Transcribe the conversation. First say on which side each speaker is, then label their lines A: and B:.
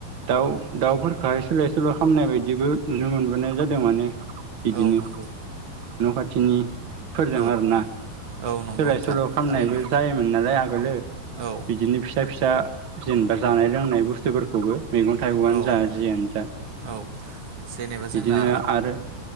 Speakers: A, on the right (about 80°); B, on the right (about 55°).
A: दाउ दाउफोरखौहाय सोलाय सोल' खालामामनाय बायदिबो नुनो मोनबोनाय जादों माने। बिदिनो
B: औ नंगौ।
A: न' खाथिनि फोरजों
B: औ
A: आरोना
B: औ नंगौ
A: सोलाय
B: नोंथां
A: सोल' खालामनायबो
B: थारैनो
A: नालाय आगोलो
B: औ
A: बिदिनो फिसा फिसा दा जेनेबा जानाय लोंनाय बुस्थुफोरखौबो मैगं थाइगंआनो
B: औ
A: जा जियानो जा
B: औ जेनेबा
A: बिदिनो
B: जोंना
A: आरो